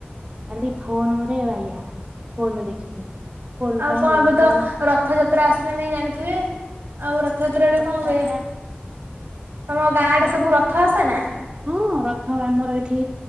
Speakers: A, on the right (about 30°); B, on the right (about 75°).
A: ଖାଲି ଫୋନରେ ବାଇଆ ଫୋନ ଦେଖିଲେ ଫୋନ
B: ଆଉ
A: ପାଇଁ
B: କଣ
A: ଇଏ
B: ଏବେ
A: ଫୋନ
B: ତ ରଥଯାତ୍ରା ଆସିଲାଣି ଜାଣିଥିବେ? ଆଉ ରଥଯାତ୍ରାରେ
A: ହଁ
B: କଣ
A: ରଥଯାତ୍ରା
B: ହୁଏ ତମ ଗାଁ ଆଡେ
A: ହଁ
B: ସବୁ ରଥ ଆସେ ନା?
A: ହଁ ରଥ ଆମର ଏଠି